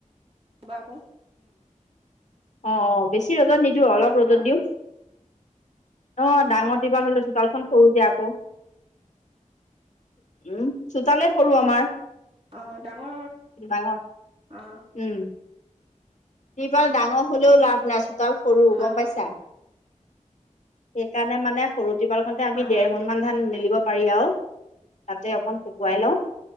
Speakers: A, on the right (about 45°); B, on the left (about 60°).
A: থবা ক
B: অ অ বেছি ৰ'দত নিদিওঁ
A: যে
B: অলপ
A: লৈ
B: ৰ'দত
A: ল'বা
B: দিওঁ অ ডাঙৰ তিপাল হ'লে চোতালখন সৰু যে আকৌ উম চোতালে সৰু আমাৰ।
A: অ ডাঙৰ
B: ডাঙৰ
A: অ
B: উম! তিপাল ডাঙৰ হলেও লাভ নাই চোতাল সৰু
A: হয়
B: গম
A: হয়
B: পাইছা সেইকা কানে মানে সৰুটিপালখনতে আমি
A: হয়
B: দেৰ
A: হয়
B: মোন মান ধান মেলিব পাৰি আৰু তাতে অকণ শুকুৱাই লওঁ